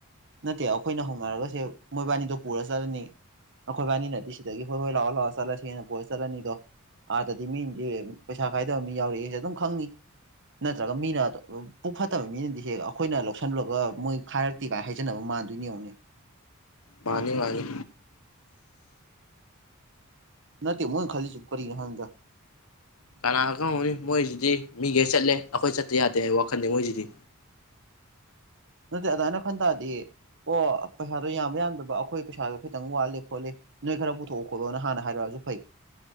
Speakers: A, on the right; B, on the left.
A: ꯅꯠꯇꯦ ꯑꯩꯈꯣꯏꯅ ꯍꯧꯅꯔꯒꯁꯦ ꯃꯣꯏꯕꯥꯅꯤꯗꯣ ꯄꯨꯔ ꯆꯠꯂꯅꯤ ꯑꯩꯈꯣꯏꯕꯥꯅꯤꯅꯗꯤ ꯁꯤꯗꯒꯤ ꯍꯣꯏ ꯍꯣꯏ ꯂꯥꯎꯔ ꯂꯥꯛꯔ ꯆꯠꯂꯁꯦꯅ ꯄꯣꯏꯔ ꯆꯠꯂꯅꯤꯗꯣ ꯑꯥꯗꯗꯤ ꯃꯤꯅꯗꯤ ꯄꯩꯁꯥ ꯀꯥꯏꯗꯕ ꯃꯤ ꯌꯥꯎꯔꯛꯦꯁꯦ ꯑꯗꯨꯝ ꯈꯪꯅꯤ ꯅꯠꯇ꯭ꯔꯒ ꯃꯤꯅ ꯄꯨꯛ ꯐꯠꯇꯕ ꯃꯤꯅꯗꯤ ꯍꯦ ꯑꯩꯈꯣꯏꯅ ꯂꯧꯁꯜꯂꯨꯔꯒ ꯃꯣꯏ ꯈꯥꯏꯔꯛꯇꯦꯒꯥꯏ ꯍꯥꯏꯖꯅꯕ ꯃꯥꯟꯗꯣꯏꯅꯦꯅꯦ
B: ꯃꯥꯅꯤ ꯃꯥꯅꯤ
A: ꯅꯠꯇ ꯃꯣꯏ ꯈꯂꯤ ꯆꯨꯞ ꯀꯔꯤ ꯍꯒ
B: ꯀꯅꯥꯒ ꯈꯪꯍꯧꯅꯤ ꯃꯣꯏꯁꯤꯗꯤ ꯃꯤꯒꯦ ꯆꯠꯂꯦ ꯑꯩꯈꯣꯏ ꯆꯠꯇ ꯌꯥꯗꯦ ꯍꯥꯏꯕ ꯋꯥꯈꯜꯗ ꯃꯣꯏꯁꯤꯗꯤ
A: <unintelligible> ꯅꯠꯇꯦ ꯑꯗꯨꯃꯥꯏꯅ ꯈꯟ ꯇꯥꯔꯗꯤ ꯑꯣ ꯄꯩꯁꯥꯗꯣ ꯌꯥꯝꯕ ꯌꯥꯝ ꯑꯩꯈꯣꯏ ꯄꯩꯁꯥꯁꯨꯣ ꯈꯤꯇꯪ ꯋꯥꯠꯂꯤ ꯈꯣꯠꯂꯤ ꯅꯣꯏ ꯈꯔ ꯄꯨꯊꯣꯛꯑꯣ ꯈꯣꯠꯂꯣꯅ ꯍꯥꯟꯅ ꯍꯥꯏꯔꯛꯑꯁꯨ ꯐꯩ